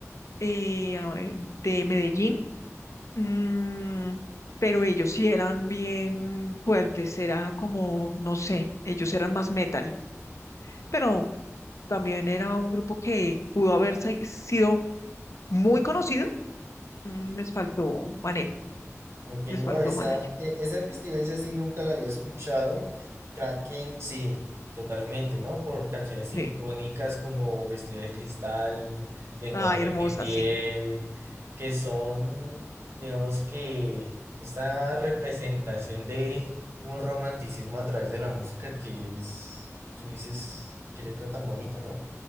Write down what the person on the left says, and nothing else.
eh, a ver, de Medellín, mm, pero ellos sí eran bien fuertes, era como, no sé, ellos eran más metal, pero también era un grupo que pudo haber sa- sido muy conocido, mm, les faltó manejo,
les
faltó
malayo.
Sí.
Ay,
hermosa,
sí.